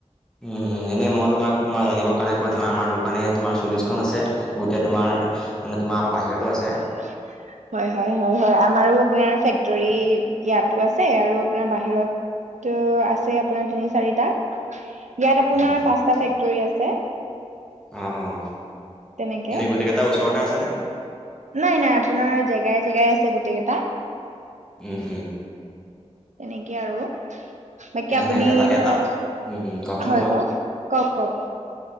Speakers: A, in the centre; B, on the right.
A: উম, এনেই মই তোমাক তোমাৰ জানিবৰ কাৰণে কৈ থওঁ আমাৰ দোকানী তোমাৰ চল্লিশখন আছে। গোটেই তোমাৰ মানে তোমাৰ আমাৰ বাহিৰতো আছে।
B: <inaudible> হয়, হয় হয়, হয় আমাৰো আপোনাৰ ফেক্টৰী ইয়াতো আছে আৰু আপোনাৰ বাহিৰত ত' আছে আপোনাৰ তিনি চাৰিটা ইয়াত আপোনাৰ
A: অ অ
B: পাঁচটা ফেক্টৰী আছে।
A: অ, অ'।
B: তেনেকে
A: এনেই গোটেইকেইটা ওচৰতে আছেনে
B: নাই নাই আপোনাৰ জেগাই জেগাই আছে। গোটেই কেইটা।
A: উম উম।
B: তেনেকে আৰু বাকী আপুনি
A: এনে এটা
B: ধৰক
A: এটা
B: হয়,
A: উম, উম, কওকচোন
B: কওক, কওক, কওক।